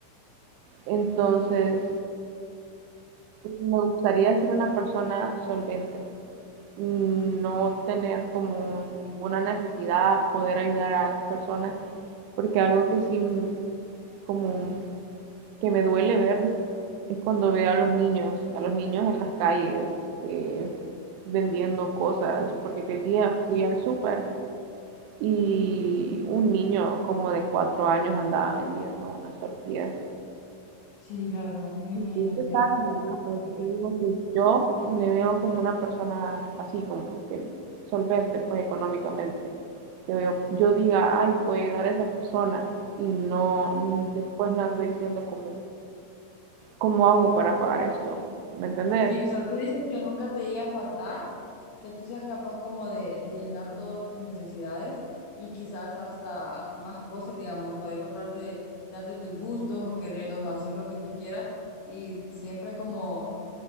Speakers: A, on the right; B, on the left.
A: Entonces, Me gustaría ser una persona solvente, mm, no tener como ninguna necesidad, poder ayudar a las personas, porque algo que sí m- como que me duele ver es cuando veo a los niños, a los niños en las calles eh, vendiendo cosas, porque aquel día fui al súper y un niño como de cuatro años andaba vendiendo unas tortillas
B: sí, la verdad que me imagino
A: Y es que
B: sí
A: sana,
B: da pesar
A: ¿verdad?
B: bastante
A: Por eso te digo que yo me veo como una persona así, como que solvente, pues económicamente. Que yo, yo diga, ay, voy a ayudar a esa persona y no después no ando diciendo como, ¿cómo hago para pagar esto? ¿Me entendés?
B: Sí, o sea, tú dices que nunca te llegue a faltar, que tú seas capaz como de, de llenar todas tus necesidades y quizás hasta más cosas, digamos, poder comprarte, darte tus gustos o querer, o hacer lo que tú quieras y siempre como